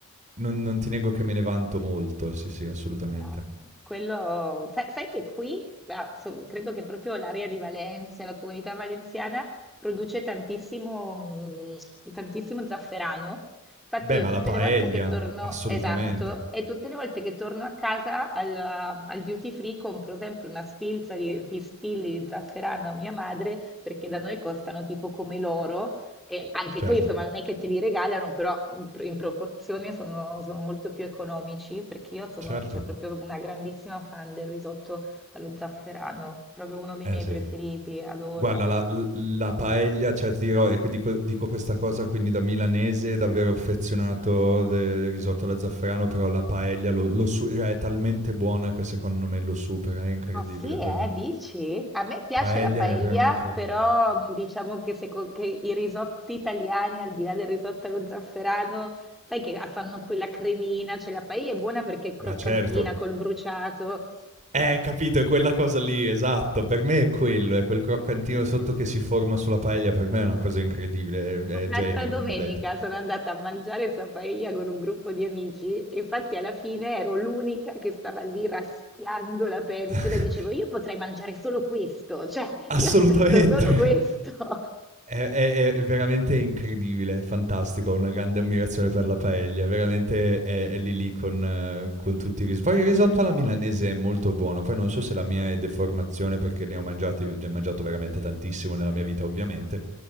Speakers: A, on the right; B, in the centre.
A: non non ti nego che me ne vanto molto, sì, sì, assolutamente.
B: Ah, Quello, sai, sai che qui, ah, so- credo che proprio l'area di Valencia, la comunità valenziana, produce tantissimo, mm, tantissimo zafferano. Infatti
A: Beh,
B: io
A: ma
B: tutte
A: la paella,
B: le volte che torno,
A: assolutamente.
B: esatto, e tutte le volte che torno a casa alla- al, duty free compro sempre una sfilza di pistilli di zafferano a mia madre, perché da noi costano tipo come l'oro e anche
A: Certo,
B: qui, insomma, non è che te li regalano, però in pro- in proporzione sono, sono molto più economici, perché io sono,
A: certo.
B: cioè, proprio una grandissima fan del risotto allo zafferano, proprio uno dei
A: Eh
B: miei
A: sì.
B: preferiti, adoro.
A: Guarda la l la paella, cioè ti dirò e qui dico dico questa cosa quindi da milanese davvero affezionato de del risotto alla zafferano, però la paella lo lo su cioè è talmente buona che secondo me lo supera, è incredibile
B: Ah sì,
A: per
B: eh,
A: me.
B: dici? A me piace
A: Paella
B: la paella,
A: è per me incredibile.
B: però mm, diciamo che, seco- che i risotti italiani, al di là del risotto allo zafferano, sai che fanno quella cremina, cioè la paella è buona perché è croccantina
A: Ma certo.
B: col bruciato,
A: Eh, capito, è quella cosa lì, esatto. Per me è quello, è quel croccantino sotto che si forma sulla paella. Per me è una cosa incredibile, è,
B: L'altra
A: è genio
B: domenica
A: completo.
B: sono andata a mangiare paella con un gruppo di amici e infatti alla fine ero l'unica che stava lì raschiando la pentola
A: <laughs>
B: e dicevo io potrei mangiare solo questo, cioè
A: Assolutamente.
B: io aspetto solo
A: <laughs>
B: questo. <laughs>
A: È, è- è veramente incredibile, fantastico. Ho una grande ammirazione per la paella. Veramente è, è lì lì con, eh, con tutti i risotti. Poi il risotto alla milanese è molto buono. Poi non so se la mia è deformazione perché ne ho mangiati, ne ho mangiato veramente tantissimo nella mia vita, ovviamente.